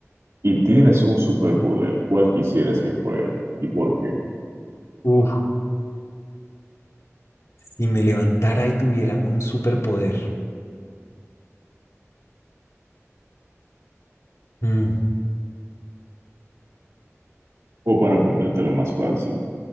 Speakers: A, on the right; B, on the left.
A: y tienes un superpoder, ¿cuál quisieras que fuera y por qué?
B: Uf, si me levantara y tuviera un superpoder. Mm,
A: O para ponértelo más fácil,